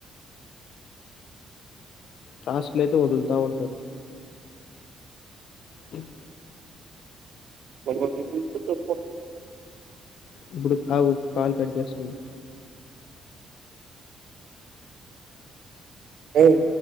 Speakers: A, on the left; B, on the right.
A: టాస్కులుయితే వదులుతా ఉంటాడు ఉమ్
B: బడికి పంపిస్తే ప్రిన్సిపల్ సారు
A: ఇప్పుడు తాగు కాల్ కట్ చేస్తుంది
B: ఏయి